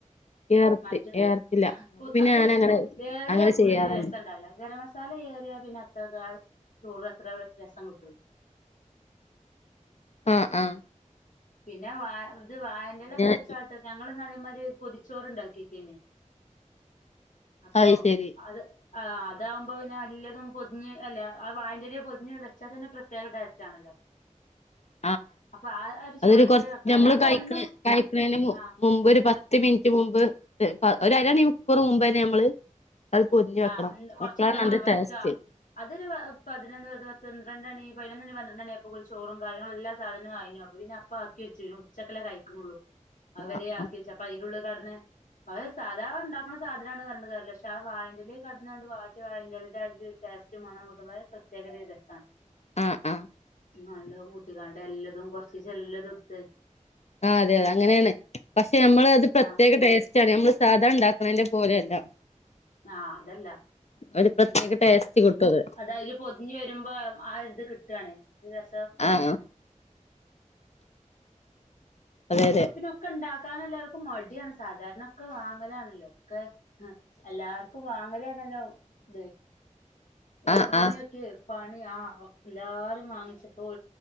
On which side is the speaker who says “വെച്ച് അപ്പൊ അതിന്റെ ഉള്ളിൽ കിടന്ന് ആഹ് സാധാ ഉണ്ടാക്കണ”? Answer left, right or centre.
Left